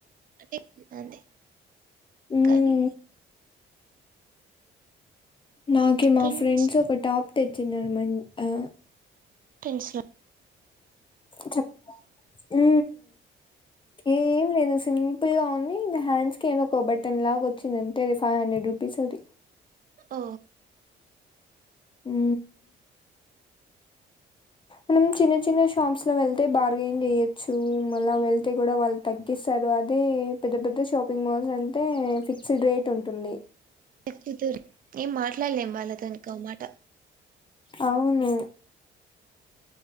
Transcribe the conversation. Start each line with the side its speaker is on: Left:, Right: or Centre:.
Right: అద్ అది
Left: మ్మ్
Right: కానీ
Left: నాకి మా
Right: టెన్స్
Left: ఫ్రెండ్స్ ఒక టాప్ తె చిన్నారు మం అ
Right: టెన్స్లా
Left: చెప్ ఉ ఏం లేదు సింపుల్ గా ఉంది. ఇంగా హ్యాండ్స్ కి ఏదో ఒక బటన్ లాగా వచ్చింది అంతే అది ఫైవ్ హండ్రెడ్ రూపీస్ అది.
Right: ఓ
Left: హు మనం చిన్న చిన్న షాప్స్ లో వెళ్తే బార్గెన్ చేయొచ్చు, మళ్ళా వెళ్తే కూడా వాళ్ళు తగ్గిస్సారు, అదే పెద్ద పెద్ద షాపింగ్ మాల్స్ అంటే ఫిక్స్డ్ రేట్ ఉంటుంది.
Right: ఎక్ ఇతర్ ఏం మాట్లాడలేం, వాళ్ళతోని ఇకో మాట
Left: అవును,